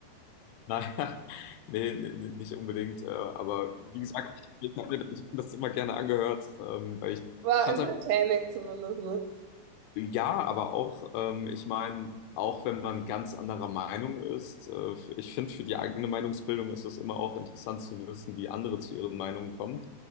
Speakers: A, on the left; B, on the right.
A: Naja, <laughs> nee, nee, nee, nicht unbedingt. äh, Aber wie gesagt, ich, ich habe mir das das immer gerne angehört, ähm, weil ich,
B: War
A: ich fand
B: entertaining
A: es einfach,
B: zumindest, ne?
A: ja, aber auch, ähm, ich meine, auch wenn man ganz anderer Meinung ist, äh, ich finde, für die eigene Meinungsbildung ist es immer auch interessant zu wissen, wie andere zu ihren Meinungen kommen.